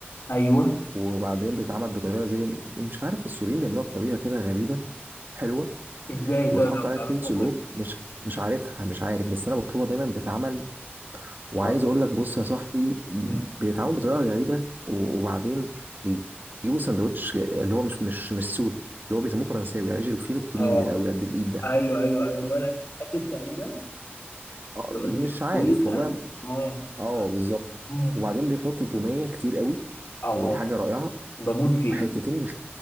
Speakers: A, on the left; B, on the right.
A: ايوه
B: وبعدين بتتعمل بطريقه زي مش عارف السوريين بيعملوها بطريقه كده غريبه حلوه
A: ازاي
B: وبتحط
A: طيب لو
B: عليها
A: تعرفها
B: كول سلو
A: قول لي
B: مش مش عارفها مش عارف بس انا بطلبها دايما بتتعمل وعايز
A: اه
B: اقول لك بص يا صاحبي
A: مم.
B: بيتعمل بطريقه غريبه و- وبعدين بيجيبوا سندوتش اللي هو مش مش مش سوري اللي هو بيسموه فرنساوي عيش الفينو الكبير
A: اه
B: قوي قد الايد ده
A: ايوه ايوه ايوه اللي هو العيش الراكب تقريبا
B: ومش
A: اللي هو الفينو الطويل
B: عارف
A: ده
B: والله
A: اه
B: اه
A: عارف.
B: بالظبط
A: مم.
B: وبعدين بيحطوا توميه كتير قوي
A: اه
B: ودي حاجه رائعه
A: بموت فيها
B: وحتتين مش